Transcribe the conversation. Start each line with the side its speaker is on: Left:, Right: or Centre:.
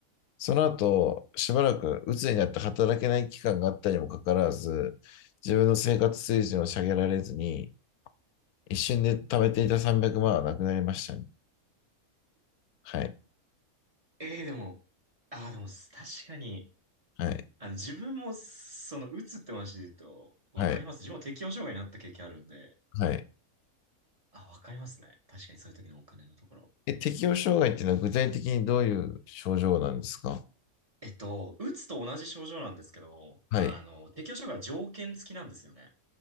Left: その後、しばらく鬱になって働けない期間があったにもかかわらず、自分の生活水準を下げられずに、一瞬で貯めていた300万はなくなりましたね。はい、
Right: ええ、でも、ああ、でも、確かに、
Left: はい、
Right: あの、自分も、その、打つって話で言うと、わかります。
Left: はい、
Right: 自分も適応障害になった経験あるんで、
Left: はい。
Right: あ、わかりますね。確かにそういう時のお金のところ。
Left: え、適応障害っていうのは具体的にどういう症状なんですか
Right: えっと、打つと同じ症状なんですけど、
Left: はい、
Right: あの、適応障害は条件付きなんですよね。